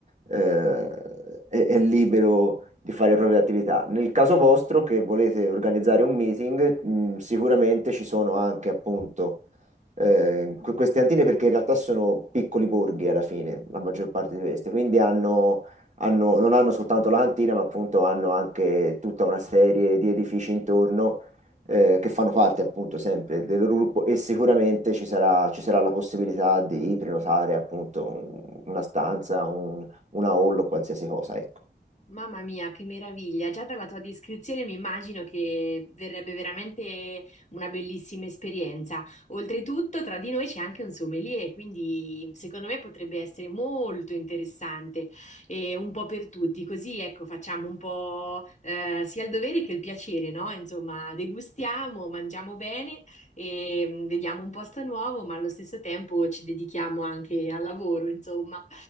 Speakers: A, on the right; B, on the left.
A: eh, è, è libero di fare le proprie attività. Nel caso vostro, che volete organizzare un meeting, mh, sicuramente ci sono anche appunto eh, que- queste antine perché in realtà sono piccoli borghi alla fine, la maggior parte di queste, quindi hanno, hanno- non hanno soltanto la cantina, ma appunto hanno anche tutta una serie di edifici intorno. eh, che fanno parte appunto sempre del loro gruppo e sicuramente ci sarà, ci sarà la possibilità di prenotare appunto un- una stanza, un una haul o qualsiasi cosa, ecco.
B: Mamma mia, che meraviglia! Già dalla tua descrizione mi immagino che verrebbe veramente una bellissima esperienza. Oltretutto, tra di noi c'è anche un sommelier, quindi secondo me potrebbe essere molto interessante e un po' per tutti. Così, ecco, facciamo un po' eh, sia il dovere che il piacere, no? Insomma, degustiamo, mangiamo bene e mh, vediamo un posto nuovo, ma allo stesso tempo ci dedichiamo anche al lavoro, insomma.